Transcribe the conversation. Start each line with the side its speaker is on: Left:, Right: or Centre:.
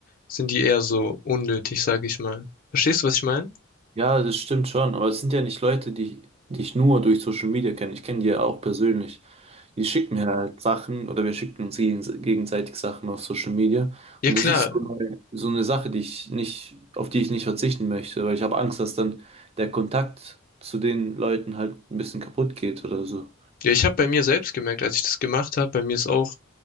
Left: sind die eher so unnötig, sage ich mal? Verstehst du, was ich meine?
Right: Ja, das stimmt schon, aber es sind ja nicht Leute, die, die ich nur durch Social Media kenne. Ich kenne die ja auch persönlich. Die schicken mir halt Sachen oder wir schicken uns gegense- gegenseitig Sachen auf Social Media.
Left: Ja,
Right: Und
Left: klar.
Right: das ist so eine, so eine Sache, die ich nicht, auf die ich nicht verzichten möchte, weil ich habe Angst, dass dann der Kontakt zu den Leuten halt ein bisschen kaputt geht oder so.
Left: Ja, ich habe bei mir selbst gemerkt, als ich das gemacht habe, bei mir ist auch